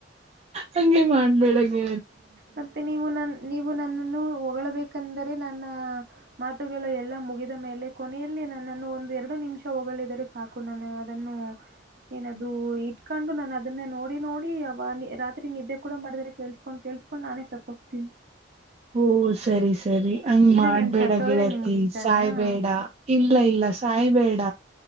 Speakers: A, on the right; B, on the right.
A: ಹಗೆ ಮಾಡ್ಬೇಡಂಗಗೆ
B: ಮತ್ತೆ ನೀವು ನ ನೀವು ನನ್ನನ್ನು ಒಗ ಬಂದರೆ ನನ್ನ ಮಾತುಗಳು ಎಲ್ಲ ಮುಗ ಮೇಲೆ ಕೊನೆಯಲ್ಲಿ ನನ್ನನ್ನು ಒಂದು ಎರಡು ನಿಮಿಷ ಹೋಗಲಿದರೆ ಸಾಕು ನಾನ ಅದನ್ನು ಏನದು ಇಟ್ಕೊಂಡು ನ ಅದನ್ನ ನೋಡಿ ನೋಡಿ ಅವ ರಾತ್ರಿ ನಿದ್ದೆ ಕೂಡ ಮಾಡಿದ್ರೆ ಕೇಳ್ಸ್ಕೊಂಡ್ ಕೊಂಡ ನಾನೇ ಸತೋಗತೀನಿ
A: ಓ ಸರಿ ಸರಿ ಹಂಗ ಮಾಡ್ಬೇಡ
B: ನಾನು ಸತ್ತೋದ್ರೆ
A: ಗೆಳತಿ
B: ನಿಮ್ಗೆ ಇಷ್ಟನಾ?
A: ಸಾಯ್ಬೇಡ
B: ಹ್ಮ್.
A: ಇಲ್ಲ ಇಲ್ಲ ಸಾಯ್ಬೇಡ